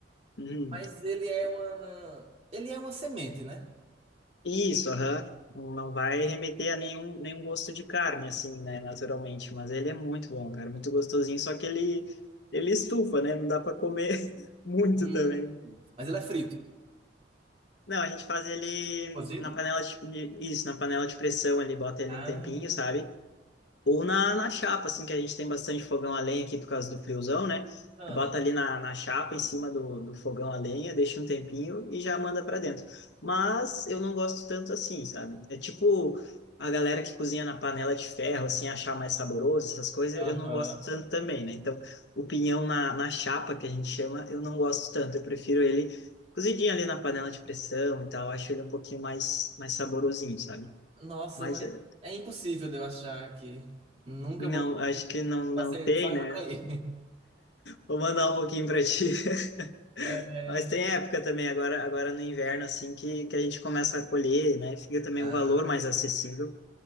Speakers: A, on the left; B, on the right.
A: Uhum.
B: mas ele é uma. Ele é uma semente, né?
A: Isso, aham. Não vai remeter a nenhum, nenhum gosto de carne, assim, né, naturalmente. Mas ele é muito bom, cara, muito gostosinho. Só que ele, ele estufa, né? Não dá para comer <laughs> muito
B: Hum.
A: também.
B: Mas ele é frito.
A: Não, a gente faz ele
B: Cozido?
A: na panela de, isso, na panela de pressão ali, bota ele
B: Ah.
A: um tempinho, sabe? Ou na, na chapa, assim, que a gente tem bastante fogão a lenha aqui por causa do friozão, né?
B: Ah.
A: Bota ali na, na chapa, em cima do, do fogão a lenha, deixa um tempinho e já manda para dentro. Mas eu não gosto tanto assim, sabe? É tipo a galera que cozinha na panela de ferro, assim, achar mais saboroso, essas coisas,
B: Aham.
A: eu não gosto tanto também, né? Então, o pinhão na, na chapa, que a gente chama, eu não gosto tanto. Eu prefiro ele cozidinho ali na panela de pressão e tal. Acho ele um pouquinho mais, mais saborosinho, sabe?
B: Nossa,
A: Mas
B: mas
A: eh,
B: é impossível de eu achar aqui. Nunca
A: não,
B: vou.
A: acho que não, não
B: Só se-
A: tem,
B: só indo
A: né?
B: pra aí.
A: Vou mandar um pouquinho para ti. <laughs>
B: <laughs> É.
A: Mas tem época também, agora, agora no inverno, assim, que, que a gente começa a colher, né? Fica também
B: Ah.
A: um valor mais acessível,